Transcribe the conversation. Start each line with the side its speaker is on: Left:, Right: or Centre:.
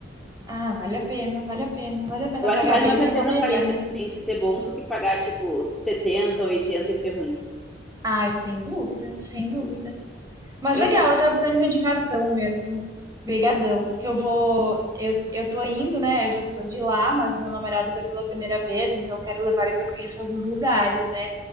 Right: Ah, vale a pena, vale a pena, vale a pena
Centre: Eu acho
Right: pagar
Centre: que vale mais
Right: bem pra
Centre: a pena
Right: comer
Centre: pagar
Right: bem,
Centre: cento
Right: né?
Centre: e trinta e ser bom do que pagar, tipo, 70, 80 e ser ruim.
Right: Ai, sem dúvida, sem dúvida. Mas
Centre: Eu,
Right: legal,
Centre: po-
Right: eu tava precisando de uma indicação mesmo. Obrigadão, porque eu vou, eu, eu tô indo, né? Eu já sou de lá, mas meu namorado veio pela primeira vez, então eu quero levar ele pra conhecer alguns lugares, né?